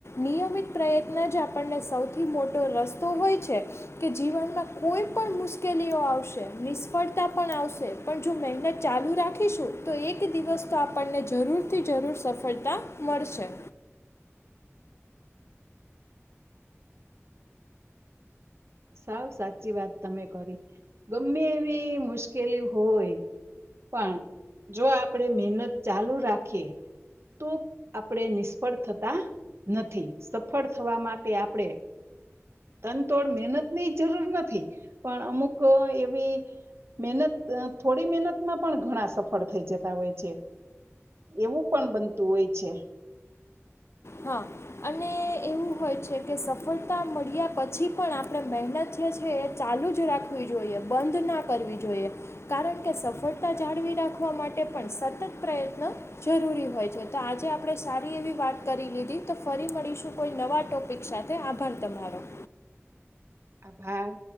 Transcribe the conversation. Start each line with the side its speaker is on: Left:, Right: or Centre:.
Left: નિયમિત પ્રયત્ન જ આપણને સૌથી મોટો રસ્તો હોય છે. કે જીવનમાં કોઈ પણ મુશ્કેલીઓ આવશે નિષ્ફળતા પણ આવશે. પણ જો મહેનત ચાલુ રાખીશું તો એક દિવસ તો આપણને જરૂરથી જરૂર સફળતા મળશે.
Right: સાવ સાચી વાત તમે કરી ગમે એવી મુશ્કેલી હોય પણ જો આપણેે મહેનત ચાલુ રાખીએ તો આપણેે નિષ્ફળ થતા નથી. સફળ થવા માટે આપણે તનતોડ મહેનત ની જરૂર નથી પણ અમુક એવી મહેનત થોડી મહેનતમાં પણ ઘણા સફળ થઈ જતા હોય છે. એવું પણ બનતું હોય છે.
Left: હા અને એવું હોય છે. કે સફળતા મળ્યા પછી પણ આપણે મહેનત જે છે. એ ચાલુ જ રાખવી જોઈએ બંધ ના કરવી જોઈએ. કારણ કે સફળતા જાળવી રાખવા માટે પણ સતત પ્રયત્ન જરૂરી હોય છે તો આજે આપણે સારી એવી વાત કરી લીધી તો ફરી મળીશું કોઈ નવા ટૉપિક સાથે આભાર તમારો.
Right: આભાર